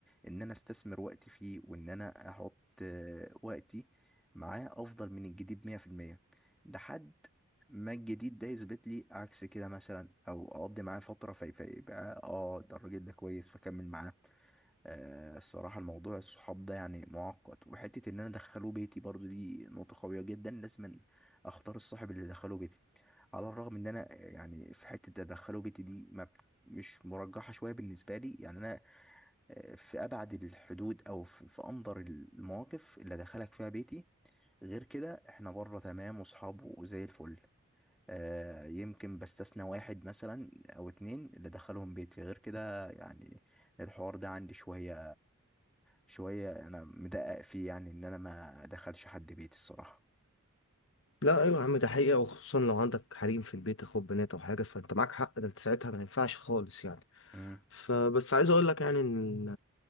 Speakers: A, in the centre; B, on the left.
A: ان انا استثمر وقتي فيه وان انا احط آه، وقتي معاه افضل من الجديد 100% ده حد ما الجديد ده يثبت لي عكس كده مثلا او اقضي معاه فترة في- فيبقى اه ده الراجل ده كويس فكمل معاه آه، الصراحة الموضوع الصحاب ده يعني معقد وحتة إن أنا أدخله بيتي برضو دي نقطة قوية جدا لازم أختار الصاحب اللي أدخله بيتي على الرغم إن أنا آه، يعني في حتة أدخله بيتي دي ما مش مرجحة شوية بالنسبة لي يعني أنا آه، في أبعد الحدود أو في في أندر المواقف اللي أدخلك فيها بيتي غير كده إحنا بره تمام وصحاب وزي الفل آه، يمكن بستثنى واحد مثلا أو اتنين اللي أدخلهم بيتي غير كده يعني الحوار ده عندي شوية شوية أنا مدقق فيه يعني إن أنا ما أدخلش حد بيتي الصراحة
B: لا ايوه يا عم ده حقيقه وخصوصا لو عندك حريم في البيت اخوات بنات او حاجه فانت معاك حق ده انت ساعتها ما ينفعش خالص يعني
A: امم
B: فبس عايز اقول لك يعني ان